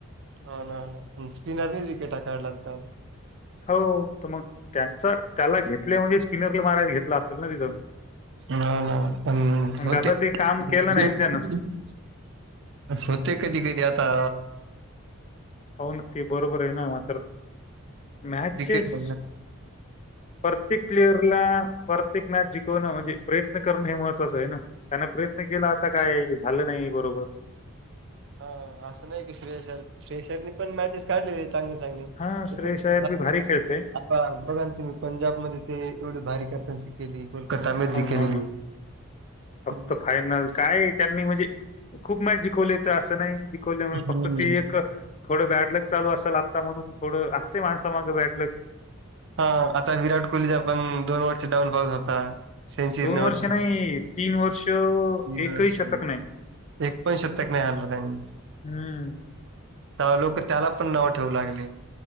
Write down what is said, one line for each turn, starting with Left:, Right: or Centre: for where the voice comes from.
Right: हां ना हां ना आणि स्पिनरनीच विकेटा काढल्यात काल.
Left: हो तर मग त्यांचा त्याला घेतलंय म्हणजे स्पिनरला मारायला घेतलं असल ना तिथं.
Right: हां ना पण
Left: मग
Right: म
Left: त्याचा
Right: ते
Left: काम
Right: <unintelligible>
Left: केलं नाही ना त्यानं
Right: होते कधी कधी आता.
Left: हो ना ते बरोबर आहे ना मातर मॅचेस
Right: विकेट
Left: प्रत्येक प्लेअरला प्रत्येक मॅच जिकवणं म्हणजे प्रयत्न करणं हे महत्त्वाचं आहे ना? त्यान प्रयत्न केलं आता काय झालं नाही बरोबर.
Right: हां असं नाही की श्रेयस अय्यर श्रेयस अय्यरने पण मॅचेस काढलेले आहेत. चांगले चांगले ते
Left: हां, श्रेयस
Right: पण
Left: अय्यर
Right: <unintelligible> हां
Left: बी भारी खेळतोय.
Right: बघा ना तुम्ही पंजाबमध्ये ते एवढी भारी कॅप्टन्सी केली कोलकातामध्ये
Left: हो ना,
Right: केली
Left: हो ना. फक्त
Right: म्हणजे
Left: फायनल काय त्यांनी म्हणजे खूप मॅच जिकवले तर असं नाही जिकवल्यामुळे
Right: हम्म.
Left: फक्त ते एक थोडं बॅडलग चालू असल आता म्हणून थोडं असतेय माणसा मागं बॅडलग.
Right: हा आता विराट कोहलीचा पण दोन वर्ष डाऊन फॉल होता. सेंचुरी
Left: वर्ष
Right: <unintelligible>
Left: नाही वर्ष
Right: तीन
Left: एकही
Right: वर्षांनी.
Left: शतक नाही.
Right: एक पण शतक नाही हाणला त्यांनी.
Left: हम्म.
Right: तवा लोकं त्याला पण नाव ठेवू लागले.